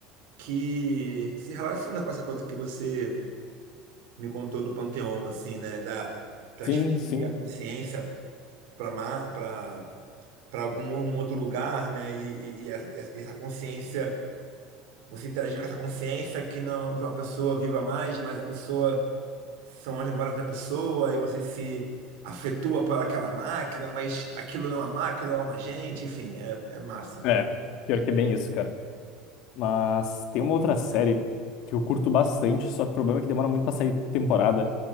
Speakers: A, on the right; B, on the left.
A: que se relaciona com essa coisa que você me contou do Panteão, assim, né? Da transferir
B: sim, sim.
A: a consciência para para para algum outro lugar, né? E, e- e essa, essa consciência, você interagir com essa consciência que não é de uma pessoa viva mais, mas a pessoa são as memórias da pessoa, e você se afetua por aquela máquina, mas aquilo não é uma máquina, é uma gente, enfim, é, é massa.
B: É, pior que é bem isso, cara. Mas tem uma outra série que eu curto bastante, só que o problema é que demora muito pra sair temporada.